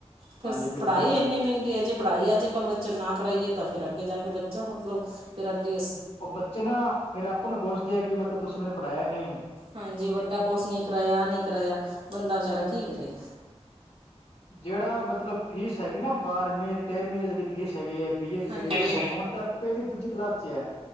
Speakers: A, on the right; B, on the left.
A: ਫਿਰ
B: ਹਾਂਜੀ ਬਿਲਕੁਲ
A: ਪੜ੍ਹਾਈ ਏਨੀ ਮੈਂਗੀ ਏ, ਜੇ ਪੜ੍ਹਾਈ ਅੱਜ-ਕੱਲ੍ਹ ਬੱਚੇ ਨੂੰ ਨਾ ਕਰਾਈਏ ਤਾਂ ਫਿਰ ਅੱਗੇ ਜਾ ਕੇ ਬੱਚਾ ਮਤਲਬ ਫਿਰ ਅੱਗੇ-
B: ਓ ਬੱਚੇ ਨਾ ਫੇਰ ਆਪਾਂ ਨੂੰ ਕੋਸਦੇ ਆ ਕਿ ਮਤਲਬ ਕੀ ਤੁਸੀਂ ਮੈਨੂੰ ਪੜ੍ਹਾਇਆ ਨੀ।
A: ਹਾਂਜੀ, ਵੱਡਾ ਕੋਰਸ ਨੀ ਕਰਾਇਆ ਆ ਨੀ ਕਰਾਇਆ ਬੰਦਾ ਵਚਾਰਾ ਕੀ ਕਰੇ।
B: ਜੇੜਾ ਮਤਲਬ ਫੀਸ ਹੈਗੀ ਨਾ ਬਾਰਵੀਂ, ਤੇਰਵੀਂ ਦੀ ਜੇੜੀ ਫੀਸ ਹੈਗੀ ਐ ਬੀ ਏ ਚ
A: ਹਾਂਜੀ
B: ਸਟਡੀ ਏ ਚ ਅਕਾਊਂਟ ਹੁਣ ਤਾਂ ਪੇਲੀ-ਦੂਜੀ ਕਲਾਸ ਚ' ਐ।